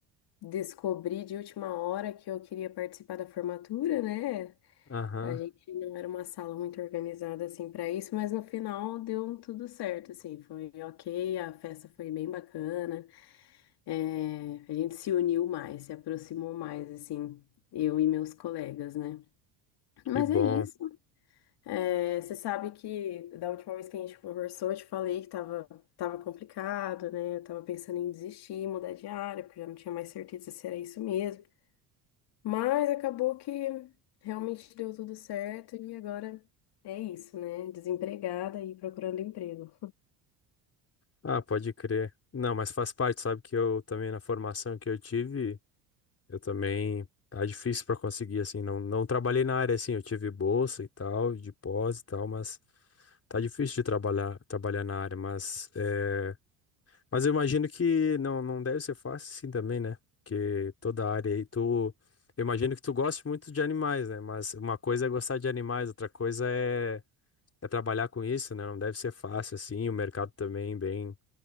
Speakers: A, on the left; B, on the left.
A: descobri de última hora que eu queria participar da formatura, né?
B: Aham,
A: A gente não era uma sala muito organizada assim para isso, mas no final deu tudo certo, assim, foi ok, a festa foi bem bacana. É, a gente se uniu mais, se aproximou mais, assim, eu e meus colegas, né? Mas
B: que bom.
A: é isso. É, você sabe que da última vez que a gente conversou, eu te falei que tava, tava complicado, né? Eu tava pensando em desistir, mudar de área, porque eu já não tinha mais certeza se era isso mesmo. Mas acabou que realmente deu tudo certo e agora é isso, né? Desempregada e procurando emprego.
B: Ah, pode crer. Não, mas faz parte, sabe que eu também na formação que eu tive, Eu também. Tá difícil pra conseguir, assim. Não, não trabalhei na área, assim. Eu tive bolsa e tal, de pós e tal, mas tá difícil de trabalhar, trabalhar na área. Mas, é... mas eu imagino que não, não deve ser fácil, assim, também, né? Porque toda área aí, tu. Eu imagino que tu goste muito de animais, né? Mas uma coisa é gostar de animais, outra coisa é, é trabalhar com isso, né? Não deve ser fácil, assim. O mercado também bem,